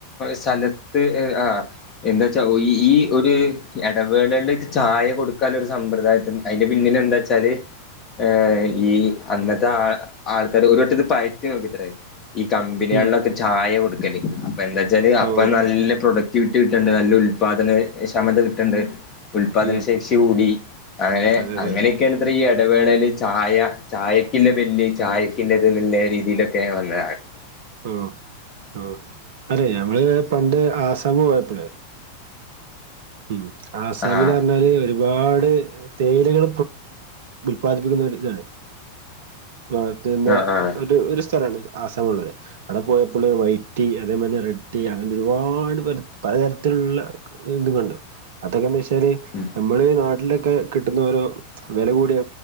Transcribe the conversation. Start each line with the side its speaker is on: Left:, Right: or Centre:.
Left: സ്ഥലത്ത് ആഹ് എന്തച്ചാ ഈ ഒരു ഇടവേളയിൽ ചായ കൊടുക്കാൽ ഒരു സമ്പ്രദായത്തിന് അയ്ന്റെ പിന്നിൽ എന്താച്ചാല് ഏ ഈ അന്നത്തെ ആ ആൾക്കാർ ഒരു വട്ടത് പയറ്റി നോക്കിത്ര ഈ കമ്പനികൾലൊക്കെ
Right: ഉം
Left: ചായ കൊടുക്കല് അപ്പ എന്താച്ചാല്
Right: ഓ
Left: അപ്പൊ നല്ല പ്രൊഡക്റ്റ് കിട്ടണ്ട് നല്ല ഉല്പാദന ക്ഷമത കിട്ട്ണ്ട് ഉല്പാദന
Right: ഉം
Left: ശേഷി കൂടി അങ്ങനെ
Right: അതെ അതെ
Left: അങ്ങനെയൊക്കെയാണ്
Right: അതെ
Left: ഇത്രയും ഇടവേളല് ചായ ചായക്കില്ല ബല്ല് ചായക്കുള്ളത് നുള്ള രീതിയിലൊക്കെ വന്ന
Right: ആഹ് ആ അതെ ഞമ്മള് പണ്ട് ആസമ് പോയപ്പളേ ഉം ആസാമില്
Left: ആഹ്
Right: പറഞ്ഞാല് ഒരു ഒരുപാട് തേയിലകൾ ഉല്പാദിപ്പിക്കുന്നരു ഇതാണ് <unintelligible>
Left: ആഹ് ആഹ്
Right: ഒരു സ്ഥലണ് ആസാം ഉള്ളത് അവിടെ പോയപ്പോള് വൈറ്റ് ടീ അതേമാലെ റെഡ് ടീ അങ്ങനെ ഒരുപാട് പലതരത്തില്ള്ള എന്ത് കണ്ടോ അതൊക്കെ എന്താ എന്ന് വച്ചാല്
Left: ഉം
Right: നമ്മള് ഈ നാട്ടിലൊക്കെ കിട്ടുന്ന ഓരോ വില കൂടിയ